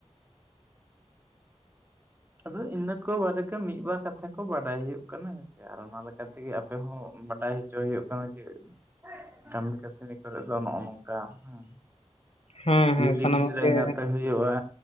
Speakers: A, on the right; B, on the left.
A: ᱟᱫᱚ ᱤᱱᱟᱹ ᱠᱚ ᱵᱟᱨᱮ ᱛᱮ ᱢᱤᱫ ᱵᱟᱨ ᱠᱟᱛᱷᱟ ᱠᱚ ᱵᱟᱰᱟᱭ ᱦᱳᱭᱳᱜ ᱠᱟᱱᱟ ᱟᱨ ᱚᱱᱟ ᱞᱮᱠᱟ ᱛᱮᱜᱮ ᱟᱯᱮ ᱦᱚᱸ ᱵᱟᱰᱟᱭ ᱦᱚᱪᱚ ᱦᱩᱭᱩᱜ ᱠᱟᱱᱟ ᱡᱮ ᱠᱟᱹᱢᱤ ᱠᱟᱹᱥᱱᱤ ᱠᱚᱨᱮᱫ ᱫᱚ ᱱᱚᱜᱼᱚ ᱱᱚᱝᱠᱟ ᱦᱩᱸ
B: ᱦᱮᱸ ᱦᱮᱸ
A: ᱡᱩᱫᱤ
B: ᱥᱟᱱᱟᱢᱟᱜ
A: ᱜᱤᱫᱨᱟᱹ
B: ᱜᱮ
A: ᱮᱸᱜᱟᱛᱮ ᱦᱩᱭ ᱦᱳᱭᱳᱟ